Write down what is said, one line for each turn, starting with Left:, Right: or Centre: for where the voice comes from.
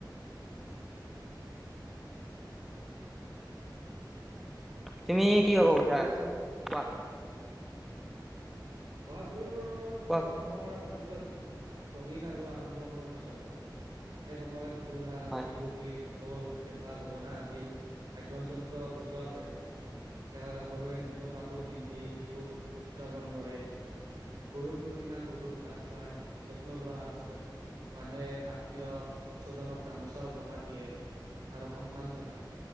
Centre: তুমি কি কৰি খোজা
Right: বিহুৰ
Centre: আজি
Right: সম
Centre: কোৱা?
Right: বহাগ বিহুৰটো
Centre: কোৱা
Right: অসমৰ আটাইতকৈ ৰঙীন আৰু আনন্দময় উৎসৱ হয় এই সময়ত বিহু নাচ,
Centre: হয়
Right: বিহু গীত ঢোল, পেঁপা, গগনা আদি বাদ্য যন্ত্ৰ বজোৱা হয়। ডেকা গাভৰুৱে নতুন কাপোৰ পিন্ধি বিহুত উদযাপন কৰে। গৰু বিহুৰ দিনা গৰুক গা ধুৱাই যত্ন লোৱা হয়। মানুহে আত্মীয় স্বজনক গামোচা উপহাৰ দিয়ে। আৰু সন্মান জনাই।